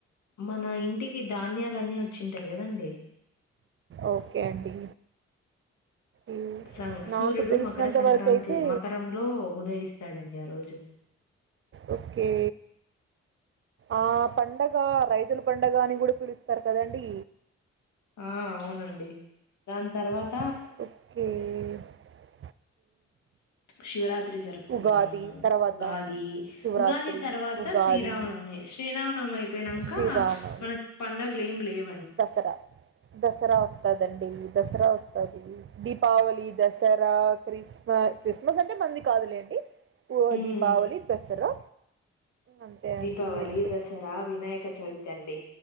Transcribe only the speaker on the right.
ఒకే అండి ఈ
నాకు తెలిసినంత
వరకు అయితే
ఓకే. ఆ పండగ రైతుల పండగ అని కూడా పిలుస్తారు కదండి
హ్మ్
ఉగాది తర్వాత
శివరాత్రి,
ఉగాది,
శ్రీరామనవమి,
దసరా దసరా వస్తదండి దసరావస్తాది దీపావళి దసరా క్రిస్ క్రిస్మస్ అంటే మంది కాదులేండి ఓ
దీపావళ దసరా అంతే
అండి ఈ రెండు.